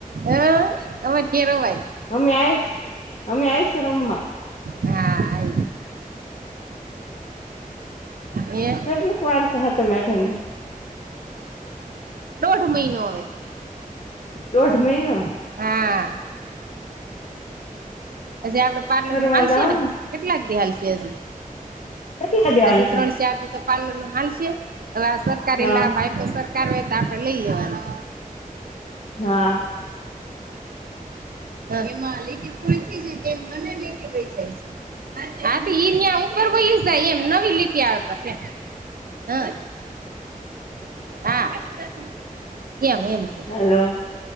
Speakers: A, on the right; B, on the left.
A: <inaudible> અમાં કેરો ભાઈ <unintelligible>
B: અમે આવીશ અમે આવીશ રમવા
A: હા આ એ <unintelligible>
B: કેટલીક વાર સે સાતમ આઠમ ને <unintelligible>
A: દોઢ મહિનો હવે
B: દોઢ મહિનો
A: હા હજ આપડે પાર્લરનું
B: ફરવા
A: હાલ
B: જાવ
A: છે ને કેટલાક દી હાલ છે હજી
B: કેટલા દી હાલશે
A: હછ ત્રણ ચાર દી તો પાર્લર નું હાલશે હવે આ સરકારી
B: હા
A: લાભ <inaudible> સરકાર હોય તો આપડે લઈ લેવાનું
B: હા
A: એમાં લીટી પૂરી થઈ જ <unintelligible> હા તો ઈ્યા ઉપરય જાય એમ નવી લેતી આવે કશે હા હા એમ એમ છે
B: હલો